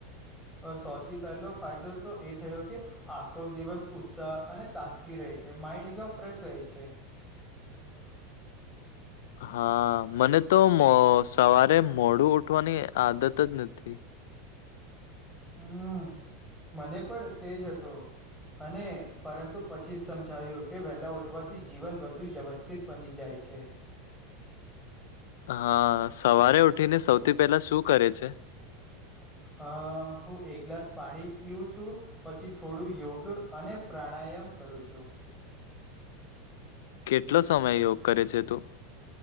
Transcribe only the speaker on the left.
હા મને તો મો સવારે મોડું ઉઠવાની આદત જ નથી
હા સવારે ઉઠીને સૌથી પહેલા શું કરે છે?
કેટલો સમય યોગ કરે છે તું?